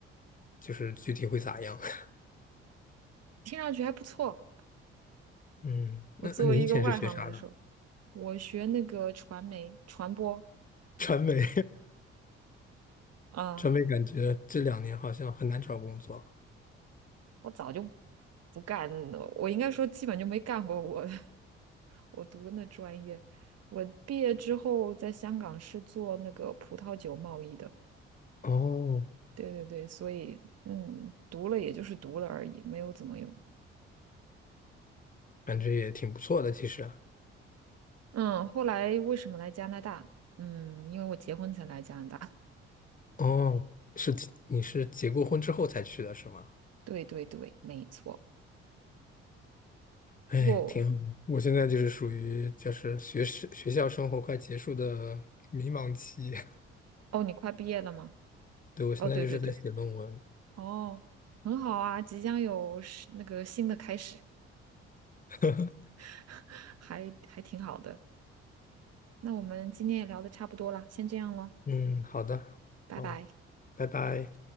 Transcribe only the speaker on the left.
就是具体会咋样。<laughs>
嗯，那那你以前是学啥的？
传媒，<laughs>
传媒感觉这两年好像很难找工作。
哦，
感觉也挺不错的，其实。
哦，是你是结过婚之后才去的是吗？
哎，
挺好。我现在就是属于就是学生学校生活快结束的迷茫期，
<laughs> 对，我现在就是在写论文。
<laughs>
嗯，好的，
哦，拜拜。